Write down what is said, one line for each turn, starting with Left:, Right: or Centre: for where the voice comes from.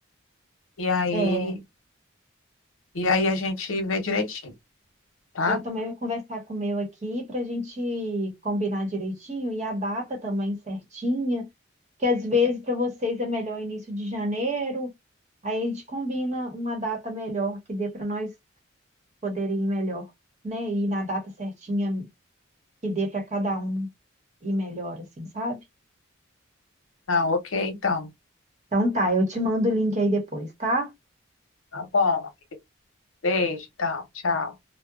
Left: e aí,
Right: É,
Left: e aí a gente vê direitinho, tá?
Right: Eu também vou conversar com o meu aqui para a gente combinar direitinho e a data também certinha, que às vezes para vocês é melhor início de janeiro, aí a gente combina uma data melhor que dê para nós poderem ir melhor, né? E na data certinha que dê para cada um ir melhor, assim, sabe?
Left: Não, ok, então.
Right: Então tá, eu te mando o link aí depois, tá?
Left: Tá bom. Beijo, então. Tchau.